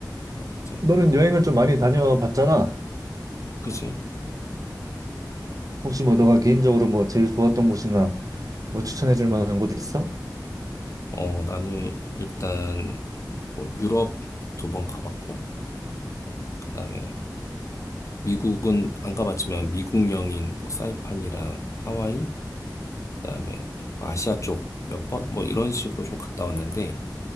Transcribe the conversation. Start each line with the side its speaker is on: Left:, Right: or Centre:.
Left: 아, 진짜?
Right: 너는 여행을 좀 많이 다녀봤잖아.
Left: 그지?
Right: 혹시 뭐, 너가 개인적으로 뭐, 제일 좋았던 곳이나 뭐, 추천해줄 만한 곳 있어?
Left: 어, 나는 일단 뭐 유럽 두 번 가봤고, 그 다음에 미국은 안 가봤지만 미국령인 뭐 사이판이랑 하와이, 그 다음에 아시아 쪽 몇 번? 뭐 이런 식으로 좀 갔다 왔는데,